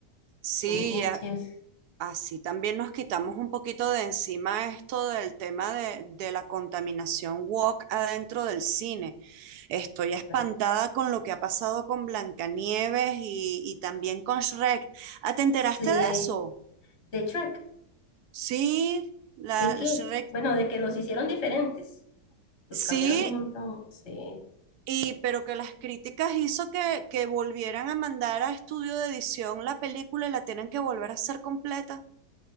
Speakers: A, on the right; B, on the left.
A: Sí,
B: son muy
A: a-
B: chidas.
A: así también nos quitamos un poquito de encima esto del tema de, de la contaminación walk adentro del cine. Estoy espantada
B: A ver,
A: con lo que ha pasado con Blancanieves y, y también con Shrek. ¿Ah, te enteraste
B: Sí,
A: de eso?
B: de Shrek,
A: Sí, la
B: ¿de qué?
A: la Shrek,
B: Bueno, de que los hicieron diferentes, los
A: sí,
B: cambiaron un montón, sí.
A: y, pero que las críticas hizo que, que volvieran a mandar a estudio de edición la película y la tienen que volver a hacer completa.